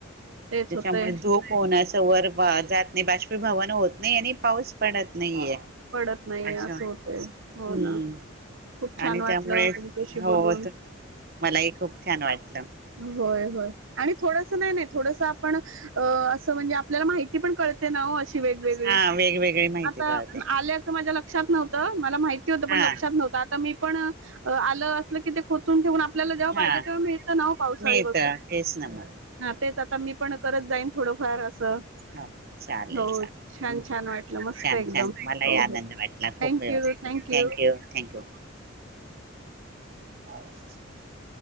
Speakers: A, on the right (about 75°); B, on the right (about 50°).
A: तेच
B: त्याच्यामुळे
A: होतय
B: धुप होऊन अस वर जात नाही, बाष्पीभवन होत नाही आणि पाऊस पडत नाहीेये
A: पडत नाहीये
B: अच्छा
A: असं
B: हम्म
A: होतय हो ना खूप छान
B: आणि
A: वाटलं
B: त्यामुळे
A: तुमच्याशी
B: हो
A: बोलून
B: त मला ही खूप छान वाट
A: होय होय आणि थोडस नाही नाही थोडस आपण असं म्हणजे आप पल्याला माहिती पण कळते ना ओ अशी वेगवेगळी
B: हा वेगवेगळी माहिती
A: आता
B: कळते
A: आल्याचं माझ्या लक्ष लक्षात नव्हतं मला माहिती होत
B: हा
A: पण लक्षात नव्हतं आता मी पण आलं असलं कि ते खोचून ठेवून आपल्याला जेव्हा पाहिजे.
B: हा
A: तेव्हा मिळतं ना पावसाळी
B: मिळत
A: व
B: तेच ना मग
A: हा तेच आता मी पण करत जाईन थोडंफार असं.
B: हो चालेल
A: हो
B: चालेल
A: छान-छान वाटलं. मस्त
B: छान
A: एकदम
B: छान मलाही
A: हो,
B: आनंद
A: हो
B: वाटला खूप
A: थँक
B: व्यवस्थित
A: यू थँक्यू.
B: थँक्यू. <unintelligible>